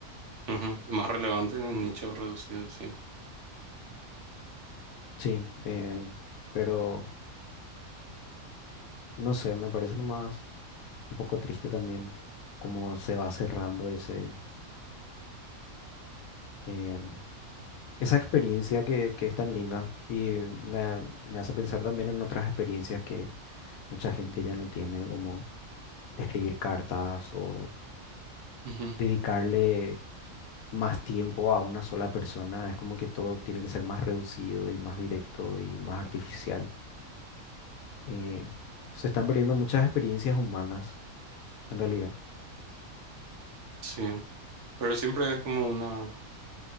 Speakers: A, on the right; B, on the left.
A: Ujú. Más relevante en nichos reducidos, sí.
B: Sí, eh, pero no sé, me parece nomás. un poco triste también cómo se va cerrando ese, eh, esa experiencia que, que es tan linda y me, me hace pensar también en otras experiencias que mucha gente ya no tiene, como escribir cartas o
A: Ujú,
B: dedicarle más tiempo a una sola persona. Es como que todo tiene que ser más reducido y más directo y más artificial. Eh, se están perdiendo muchas experiencias humanas, en realidad.
A: Sí, pero siempre es como una,